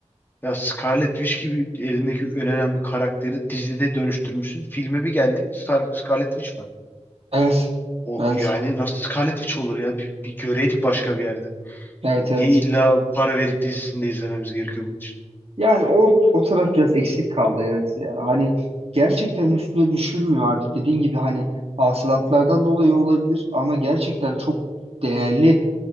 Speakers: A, on the left (about 15°); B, on the right (about 55°).
A: Ya Scarlet Witch gibi elindeki en önemli karakteri dizide dönüştürmüşsün. Filme bir geldik Star Scarlet Witch var.
B: Evet.
A: O
B: Evet.
A: yani nasıl Scarlet Witch olur ya? Bir, bir göreydik başka bir yerde.
B: Evet evet.
A: Niye illa para verip dizisinde izlememiz gerekiyor bunun için?
B: Yani o, o taraf biraz eksik kaldı evet ya. Hani gerçekten üstüne düşülmüyor artık. Dediğin gibi hani hasılatlardan dolayı olabilir ama gerçekten çok değerli